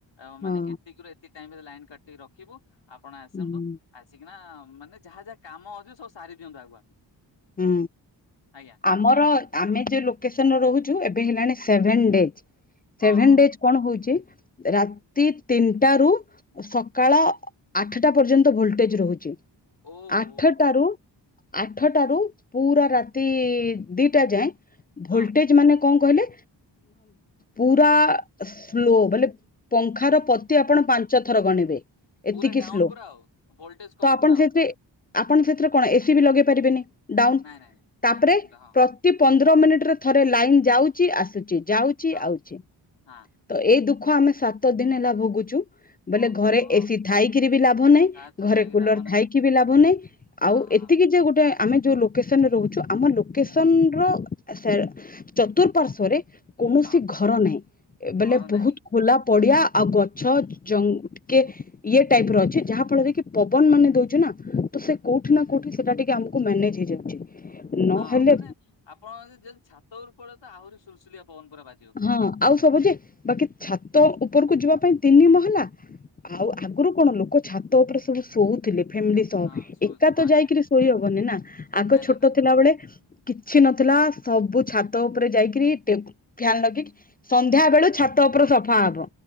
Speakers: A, on the left (about 70°); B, on the left (about 20°).
A: ଆଉ ମାନେ
B: ହଁ
A: ଏତିକିରୁ ଏତିକ ଟାଇମ୍ ଲାଇନ୍ କାଟିକି ରଖୁ ରଖିବୁ ଆପଣ ଆସନ୍ତୁ
B: ହୁଁ
A: ଆସିକିନା ମାନେ ଯାହା ଯାହା କାମ ଅଛିି ସବୁ ସାରି ଦିଅନ୍ତୁ ଆଗୁଆ।
B: ହୁଁ
A: ଆଜ୍ଞା
B: ଆମର ଆମେ ଯୋଉ ଲୋକେସନ୍ ରହୁଛୁ ଏବେ ହେଲାଣି ସେଭେନ୍ ଡେଜ୍
A: ହଁ
B: ସେଭେନ୍
A: ହଁ
B: ଡେଜ୍ କଣ ହଉଛି ରାତି ତିନିଟା ରୁ ସକାଳ ଆଠଟା ପର୍ଯ୍ୟନ୍ତ ଭୋଲ୍ ଟେଜ୍ ରହୁଛି।
A: ଓହୋ
B: ଆଠଟାରୁ ଆଠ ପୁରା ରାତି ଦିଟା ଯାଏ, ଭୋଲ୍
A: ହଁ।
B: ଟେଜ୍ ମାନେ କଣ କହିଲେ ପୁରା ସ୍ଲୋ ମାନେ ପଙ୍ଖାର ପତି ଆପଣ ପାଞ୍ଚ ଥର ଗଣିବେ ଏତିକି
A: ପୁରା ଡାଉନ
B: ସ୍ଲୋ
A: ପୁରା ଆଉ ଭୋଲଟେଜ କମ
B: ତ ଆପଣ
A: ପୁରା
B: ସେଥିରେ
A: ଆଉ
B: ଆପଣ ସେଥିରେ କଣ ଏସି ବି ଲଗେଇ ପାରିବେନି। ଡାଉନ୍
A: ନାଇଁ ନାଇଁ
B: ତାପରେ
A: ନାଇଁ
B: ପ
A: ନାଇଁ ହଁ।
B: ପ୍ରତି ପନ୍ଦର ମିନିଟ୍ ରେ ଥରେ ଲାଇନ୍ ଯାଉଛି ଆସୁଛି ଯାଉଛି
A: ହଁ
B: ଆଉଛି
A: ହଁ
B: ତ ଏଇ ଦୁଃଖ ଦୁଃଖ ଆମେ ସାତ ଦିନି ହେଲା ଭୋଗୁଛୁ। ବୋଇଲେ
A: ଓହୋ
B: ଘରେ ଏସି ଥାଇକିରି ବି ଲାଭ ନାହିଁ
A: ତା
B: ଘରେ
A: ଥାଇକି
B: କୁଲର
A: ଲାଭ ନାହିଁ
B: ଥାଇକି ବି ଲାଭ ନାହିଁ।
A: ହଁ
B: ଆଉ
A: ହଁ
B: ଏତିକି ଯେ ଗୋଟେ ଆମେ ଯୋଉ ଲୋକେସନରେ ରହୁଛୁ ଆମ ଲୋକେସନ
A: ହୁଁ
B: ର ଚତୁଃପାର୍ଶ୍ଵରେ କୌଣସି
A: ହଁ।
B: ଘର ନାହିଁ ବୋଇଲେ
A: ଘର
B: ବୋହୁତ୍
A: ନାହିଁ
B: ଖୋଲା ପଡିଆ ଆଉ ଗଛ
A: ହୁଁ
B: ଜଙ୍ଗ କେ ଇଏ ଟାଇପ୍ ର ଅଛି ଯାହା ଫଳରେ କି ପବନ ମାନେ ଦଉଛି ନା ତ ସେ କୋଉଠି ନା କୋଉଠି ସେଟା ଟିକେ ଆମକୁ କୁ ମ୍ୟାନେଜ୍ ହେଇଯାଉଛି। ନହେଲେ
A: ହଁ ମାନେ ଆପଣ ଯ ଯଦି ଛାତ ଉପରୁ ପଳେଇ ତ ଆହୁରି ସୁଲ୍ ସୁଲିଆ ପବନ ପୁରା ବା
B: ହଁ ଆଉ ସବୁ ଯେ ବାକି ଛାତ ଉପରକୁ ଯିବା ପାଇଁ ତିନି ମହଲା
A: ହୁଁ।
B: ଆଉ ଆଗରୁ କଣ ଲୋକ ଛାତ ଉପରେ ସବୁ ଶୋଉ ଥିଲେ ଫାମିଲି ସହ,
A: ହଁ ଶୋ
B: ଏକା
A: ହଁ
B: ତ
A: ଆଜ୍ଞା
B: ଯାଇକରି ଶୋଇ ହବନି ନା। ଆଗ
A: ନାଇଁ ନା
B: ଛୋଟ
A: ନା
B: ଥିଲାବେଳେ କିଛି ନଥିଲା ସବୁ ଛାତ ଉପରେ ଯାଇକିରି ଟେ ଫ୍ଯାନ୍ ଲଗେଇକି, ସନ୍ଧ୍ୟା ବେଳୁ ଛାତ ଉପର ସଫା ହବ।